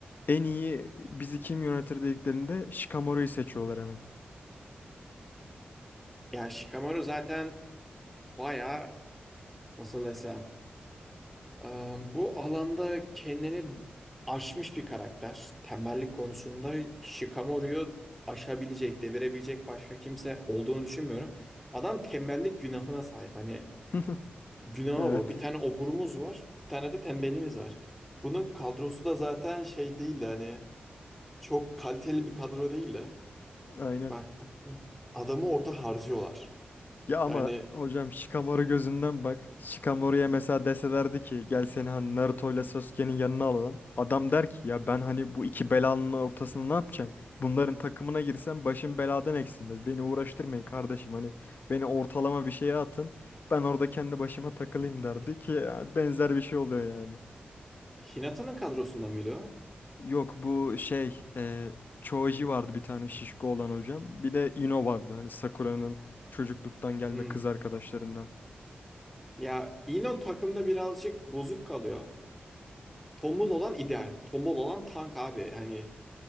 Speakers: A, on the left; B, in the centre.
A: en iyi bizi kim yönetir dediklerinde Shikamaru'yu seçiyorlar hemen.
B: Ya Shikamaru zaten bayağı nasıl desem e, bu alanda kendini aşmış bir karakter. Tembellik konusunda Shikamaru'yu aşabilecek, devirebilecek başka kimse olduğunu düşünmüyorum. Adam tembellik günahına sahip. Hani
A: <laughs>
B: günahı
A: Evet.
B: bu. Bir tane oburumuz var, bir tane de tembelimiz var. Bunun kadrosu da zaten şey değil de hani çok kaliteli bir kadro değil de.
A: Aynen.
B: Bak bu, bu adamı orada harcıyorlar.
A: Ya ama
B: Yani
A: hocam Shikamaru gözünden bak. Shikamaru'ya mesela deselerdi ki gel seni hani Naruto ile Sasuke'nin yanına alalım. Adam der ki ya ben hani bu iki belanın ortasında ne yapacağım? Bunların takımına girsem başım beladan eksilmez. Beni uğraştırmayın kardeşim hani beni ortalama bir şeye atın. Ben orada kendi başıma takılayım derdi ki ya benzer bir şey oluyor yani.
B: Hinata'nın kadrosunda mıydı o?
A: Yok bu şey e, Choji vardı bir tane şişko olan hocam. Bir de Ino vardı hani Sakura'nın çocukluktan gelme
B: Hmm.
A: kız arkadaşlarından.
B: Ya Eno takımda birazcık bozuk kalıyor. Tombul olan ideal. Tombul olan tank abi. Hani